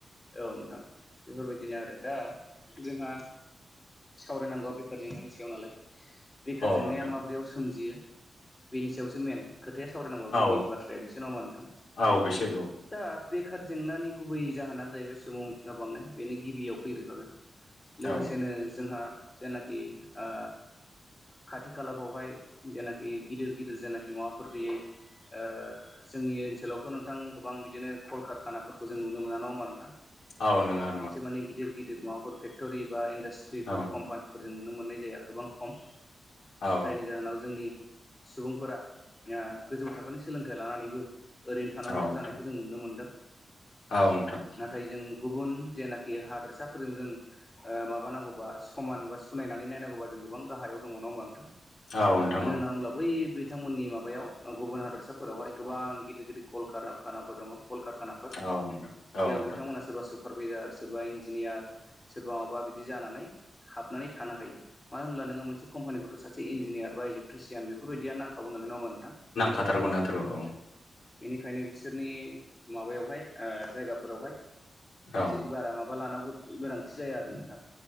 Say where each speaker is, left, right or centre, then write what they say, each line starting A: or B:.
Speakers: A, on the left; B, on the left.
A: औ नोंथां बेफोरबायदि दिनो आरो दा जोंहा सावरायनांगौआ बेखार जेंनानि सायाव नालाय बेखार जेंनाया
B: औ नोंथां
A: माबोरैयाव सोमजियो बेनि सायावसो मेन। खोथाया सावरायनांगौ गुबै
B: औ
A: बाथ्राया बेसो नङा होनबा नोंथां
B: औ बेसो
A: दा बे बेखार जेंनानि गुबै जाहोनानो जाहैबाय सुबुं अनजिमा बांनाय बेनो गिबियाव फैग्रोखागोन लोगोसेनो
B: औ
A: जोंहा जायनाखि ओ खाथि खालाफ्रावहाय जेनाखि गिदिर-गिदिर जेनाखि माबाफोर गैयै ओ जोंनि ओनसोलावथ' नोंथां गोबां बिदिनो कलकारखानाफोरखौ जों नुनो मोना नङा होनबा नोंथां
B: औ नुवा
A: मोनसे माने गिदिर गिदिर माबाफोर फेक्ट'रि बा इन्डास्ट्रिफोर
B: औ
A: कम्पानिफोरजों नुनो मोननाय जाया गोबां खम
B: औ
A: जायनि जाहोनाव जोंनि सुबुंफोरा ओ गोजौ थाखोनि सोलोंथाइ लानानैबो ओरैनो थानांगौ
B: नोंथां औ नोंथां
A: जानायखौ जों नुनो मोनदों
B: औ नोंथां
A: नाथाय जों गुबुन जेनाखि हादोरसाफोरजों जों माबानांगौबा समान बा सुनायनानै नायनांगौबा जों गोबां गाहायाव दङ नङा होनबा नोंथां
B: औ नोंथां
A: मानो होननानै बुङोब्ला बै बे बिथांमोननि माबायाव गुबुन हादरसाफोरावहाय गोबां गिदिर गिदिर कल खार खानाफोर दङ कलकारखानाफोर
B: औ नोंथां औ
A: जेराव
B: नोंथां
A: बिथांमोना सोरबा सुबुं सोरबा इन्जिनियार सोरबा माबा बिदि जानानै हाबनानै थानो हायो मानो होनब्ला नोङो मोनसे कम्पानिनिखौथ' सासे इन्जिनियार बा इलेक्ट्रिसियान बेफोरबायदिया नांखागौ नालाय नङा होनबा
B: नांखाथारगौ नांथारगौ औ
A: बेनिखायनो बिसोरनि माबायावहाय जायगाफोरावहाय
B: औ
A: बारा माबा लानांगौ गोनांथि जाया आरो नोंथां